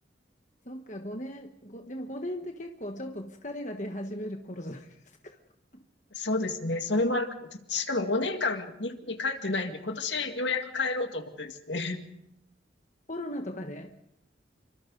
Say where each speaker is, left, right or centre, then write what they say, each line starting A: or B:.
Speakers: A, on the left; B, on the left.
A: そっか、5年、ごでも5年って結構ちょっと疲れが出始める頃じゃないですか。<laughs>
B: そうですね。それもあるか。しかも5年間日本に帰ってないんで、今年ようやく帰ろうと思ってですね。
A: コロナとかで。